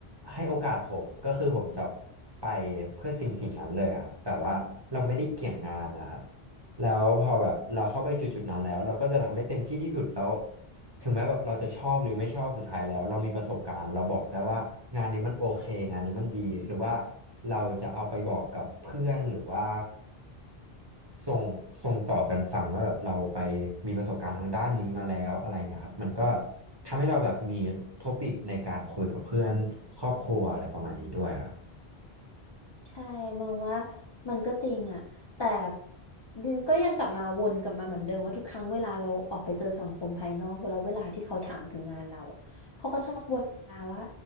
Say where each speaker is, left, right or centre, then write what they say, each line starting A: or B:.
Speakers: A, on the right; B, on the left.
A: ให้โอกาสผมก็คือผมจะไปเพื่อสิ่งสิ่งนั้นเลยอะครับแบบว่าเราไม่ได้เกี่ยงงานนะครับ แล้วพอแบบเราเข้าไปจุดๆนั้นแล้วเราก็จะทำให้เต็มที่ที่สุดแล้วถึงแม้แบบเราจะชอบหรือไม่ชอบสุดท้ายแล้วเรามีประสบการณ์เราบอกได้ว่างานนี้มันโอเคงานนี้มันดีหรือว่าเราจะเอาไปบอกกับเพื่อนหรือว่าส่งส่งต่อกันฟังว่าแบบเราไปมีประสบการณ์ทางด้านนี้มาแล้วอะไรเงี้ยครับมันก็ทำให้เราแบบมีท็อปิกในการคุยกับเพื่อนครอบครัวอะไรประมาณนี้ด้วยครับ
B: ใช่มองว่ามันก็จริงอ่ะแต่ดินก็ยังกลับมาวนกลับมาเหมือนเดิมว่าทุกครั้งเวลาเราออกไปเจอสังคมภายนอกเวลาเวลาที่เขาถามถึงงานเราอะเขาก็ชอบวนมาว่า